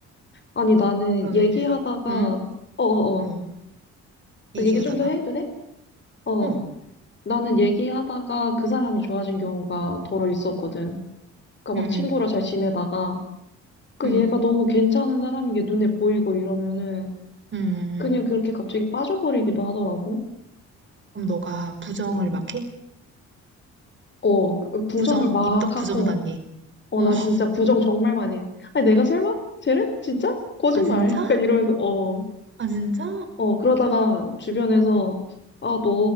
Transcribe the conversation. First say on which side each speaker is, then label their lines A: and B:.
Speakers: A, on the left (about 40°); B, on the right (about 40°).
A: 아니, 나는
B: 그러면은
A: 얘기하다가,
B: 응?
A: 어어어,
B: 어,
A: 나
B: 얘기하다가,
A: 얘기 좀 더 해도 돼? 어,
B: 어,
A: 나는 얘기하다가 그 사람이 좋아진 경우가 더러 있었거든. 그니까
B: 응,
A: 막 친구랑
B: 응,
A: 잘 지내다가, 그
B: 응,
A: 얘가 너무 괜찮은 사람인 게 눈에 보이고 이러면은,
B: 응, 응.
A: 그냥 그렇게 갑자기 빠져버리기도 하더라고.
B: 그럼 너가 부정을
A: 음,
B: 막 해?
A: 어, 그 그 부정을
B: 부정,
A: 막
B: 입덕 부정
A: 하고,
B: 단계.
A: 어,
B: 어,
A: 나
B: <laughs>
A: 진짜 부정 정말 많이 해. 아니, 내가 설마? 쟤를? 진짜? 거짓말.
B: 아, 진짜?
A: <laughs> 약간 이러면서, 어.
B: 아, 진짜?
A: 어, 그러다가 주변에서, 아, 너